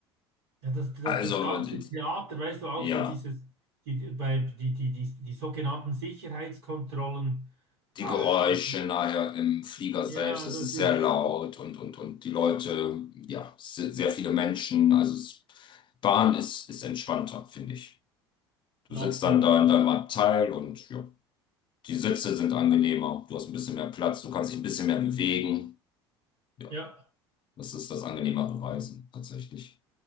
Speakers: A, on the right; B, on the left.
A: ja das, das,
B: also,
A: das ganze
B: d-
A: Theater, weißt du auch,
B: ja,
A: so dieses, die, bei, die, die, die, die sogenannten Sicherheitskontrollen. Ach,
B: die Geräusche
A: das,
B: nachher im Flieger
A: ja,
B: selbst, es
A: das
B: ist
A: ist
B: sehr laut und, und, und die Leute, ja, se- sehr viele Menschen. Also, es, Bahn ist, ist entspannter, finde ich. Du
A: absolut.
B: sitzt dann da in deinem Abteil und ja, die Sitze sind angenehmer, du hast ein bisschen mehr Platz, du kannst dich ein bisschen mehr bewegen. Ja,
A: Ja.
B: das ist das angenehmere Reisen tatsächlich.